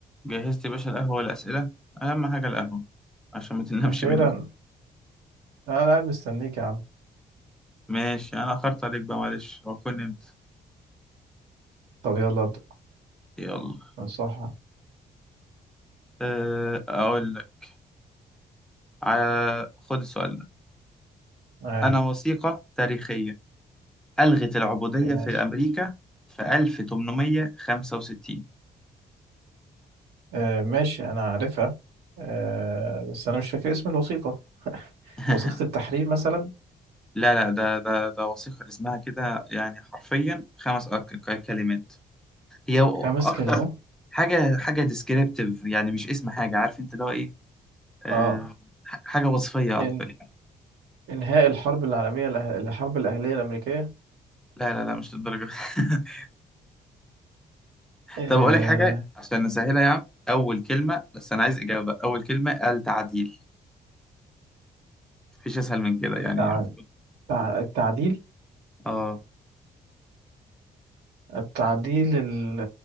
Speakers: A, in the centre; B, on the right.
A: جهزت يا باشا القهوة والأسئلة أهم حاجة القهوة عشان ما تنامش
B: أخيرا
A: بالليل
B: أنا قاعد مستنيك يا عم
A: ماشي أنا أخرت عليك بقى معلش وأكون نمت
B: طب يلا أبدأ
A: يلا
B: صح
A: أه، أقول لك ع- خد السؤال ده
B: آه
A: أنا وثيقة تاريخية ألغت العبودية
B: إيه، ماشي
A: في أمريكا في 1865
B: آه ماشي أنا عارفها آه بس أنا مش فاكر اسم الوثيقة
A: <laughs>
B: وثيقة التحرير مثلا
A: لا لا ده ده ده وثيقة اسمها كده يعني حرفيا خمس أك- ك- كلمات هي
B: خمس
A: أكتر
B: كلمات
A: حاجة حاجة ديسكريبتيف يعني مش اسم حاجة عارف أنت اللي هو إيه أه،
B: آه
A: ح- حاجة وصفية أكتر
B: إن إنهاء الحرب العالمية الأه- الحرب الأهلية الأمريكية
A: لا لا لا مش للدرجة <laughs>
B: آه
A: طب أقول لك حاجة عشان نسهلها يا عم أول كلمة بس أنا عايز إجابة أول كلمة التعديل مفيش أسهل من كده يعني
B: تع...
A: المفروض
B: تع... التعديل
A: آه
B: التعديل ال-